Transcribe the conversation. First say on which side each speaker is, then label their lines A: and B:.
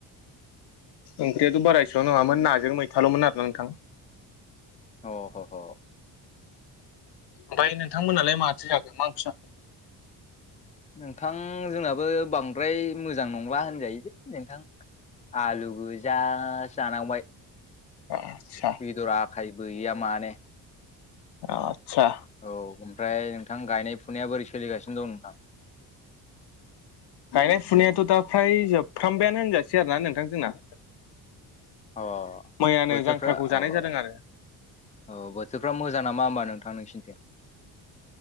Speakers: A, on the left; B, on the left.
A: ओंख्रियाथ' बारा एसेबां नङामोन नाजों मैथाल'मोन आरोना नोंथां।
B: अ ह ह।
A: ओमफाय नोंथांमोनालाय माथो जाखो मा ओंख्रि जाखो?
B: नोंथां जोंनाबो बां ओमफ्राय मोजां नंला होनजायो दे नोंथां आलु गोजा जानांबाय।
A: आदसा
B: बेदर आखाय गैया माने।
A: आतसा।
B: औ ओमफ्राय नोंथां गायनाय फुनाया बोरै सोलिगासिनो दं नोंथां?
A: गायनाय फुनायाथ' दा फ्राय जोबफ्रामबायानो होनजासै आरो ना नोंथांजोंना।
B: अ
A: मैयानो
B: बोथोरफ्रा
A: जांख्राखौ जानाय
B: अ।
A: जादों आरो
B: औ बोथोरफ्रा मोजां नामा होमबा नोंथां नोंसिनिथिं?